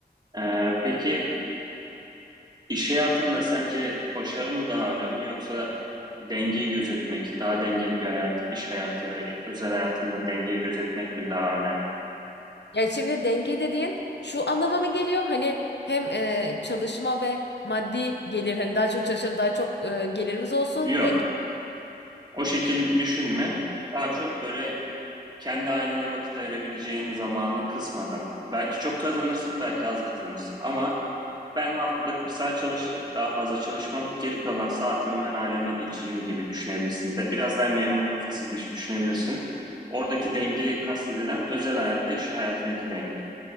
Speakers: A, on the right (about 25°); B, on the left (about 85°).
A: Ee, peki İş hayatında sence başarı mı daha önemli yoksa dengeyi gözetmek, daha dengeli bir hayat, iş hayatı ve özel hayatında dengeyi gözetmek mi daha önemli?
B: Yani şimdi denge dediğin şu anlama mı geliyor? Hani hem e, çalışma ve maddi gelir hani daha çok çalışalım daha çok e, gelirimiz olsun
A: Yok. O şekil düşünme. Daha çok böyle kendi ailene vakit ayırabileceğin zamanı kısmadan. Belki çok kazanırsın, belki az kazanırsın ama Ben haftada 40 saat çalışırım, daha fazla çalışmam. Geri kalan saatimi ben ailemle geçiririm gibi düşünebilirsin. De, biraz daha memur kafası düş- düşünebilirsin. Oradaki denge kastedilen özel hayatla iş hayatındaki denge.